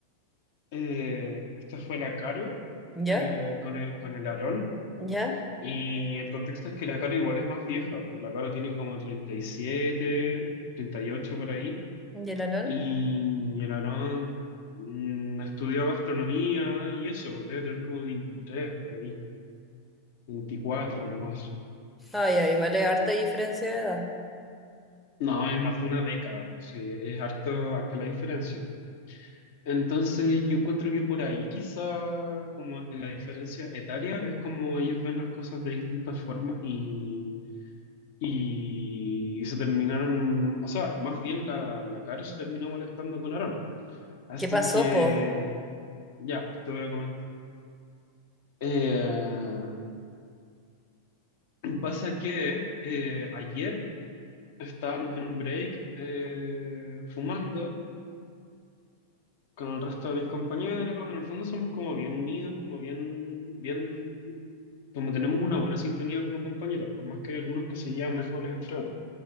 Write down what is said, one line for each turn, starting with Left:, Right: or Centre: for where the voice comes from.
Left: Eh, esta fue la Caro
Centre: ¿Ya?
Left: eh, con el, con el Aarón.
Centre: ¿Ya?
Left: Y el contexto es que la Caro igual es más vieja, pues la Caro tiene como treinta treinta y siete treinta y ocho por ahí,
Centre: ¿Y el Aarón?
Left: y el Aarón mm, estudió gastronomía y eso, pues debe tener como 23 por ahí, 24 algo más.
Centre: Ah, ya, igual es harta diferencia de edad.
Left: No, es más de una década, pues, sí, es harto, harta la diferencia. Entonces yo encuentro que por ahí quizá como en la diferencia etaria es como ellos ven las cosas de distintas formas y Y se terminaron, o sea, más bien la, la Caro se terminó molestando con Aarón. Así
Centre: ¿Qué pasó,
Left: que,
Centre: po?
Left: ya, pues te voy a comentar. Eh, pasa que eh, ayer estábamos en un break eh, fumando con el resto de mis compañeros. En el fondo somos como bien unidos, como bien, bien, como tenemos una buena sintonía como compañeros, por más que hay algunos que se llevan mejores entre otros.